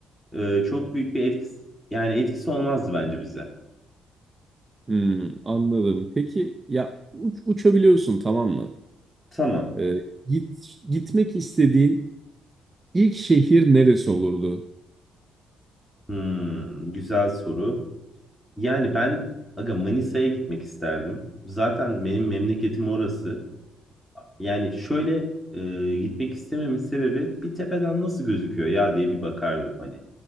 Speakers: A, in the centre; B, on the right (about 25°).
A: e, çok büyük bir etkisi yani etkisi olmazdı bence bize.
B: Hmm, anladım. Peki ya uç- uçabiliyorsun tamam mı?
A: Tamam.
B: Ee, git gitmek istediğin ilk şehir neresi olurdu?
A: Hmm, güzel soru. Yani ben aga Manisa'ya gitmek isterdim. Zaten benim memleketim orası. Yani şöyle e, gitmek istememin sebebi bir tepeden nasıl gözüküyor ya diye bir bakardım hani.